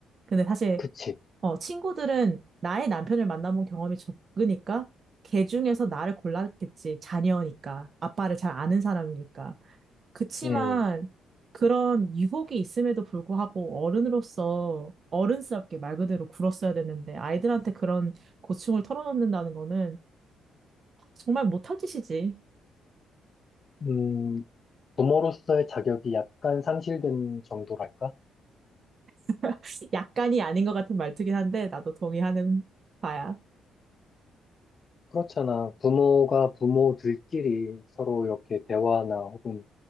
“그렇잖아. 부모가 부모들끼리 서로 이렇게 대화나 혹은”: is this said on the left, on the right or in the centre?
Left